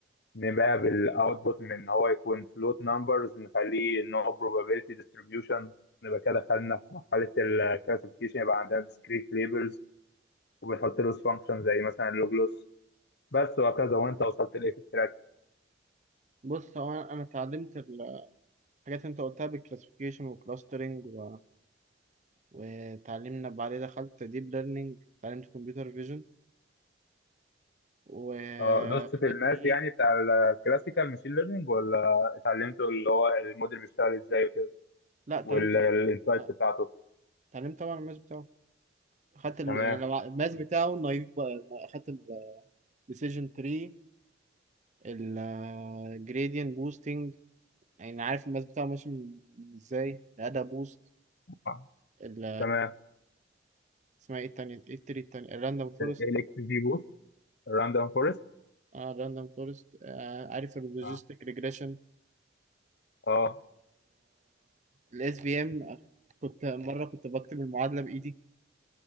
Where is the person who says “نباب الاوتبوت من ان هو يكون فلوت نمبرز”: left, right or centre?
Left